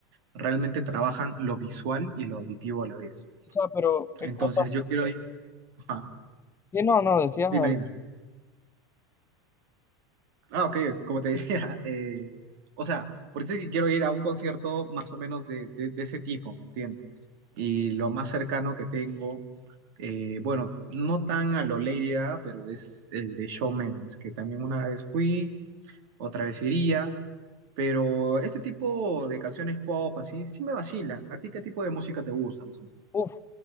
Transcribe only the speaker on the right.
realmente trabajan lo visual y lo auditivo a la vez.
Entonces
yo quiero ir... Ajá,
dime,
dime. Ah, ok, como te decía, <laughs> eh, o sea, por eso es que quiero ir a un concierto más o menos de, de- de ese tipo, ¿me entiendes? Y lo más cercano que tengo, eh, bueno, no tan a lo Lady Gaga, pero es el de Shawn Mendes, que también una vez fui, otra vez iría, pero este tipo de canciones pop así, sí me vacilan. ¿A ti qué tipo de música te gusta, más o menos?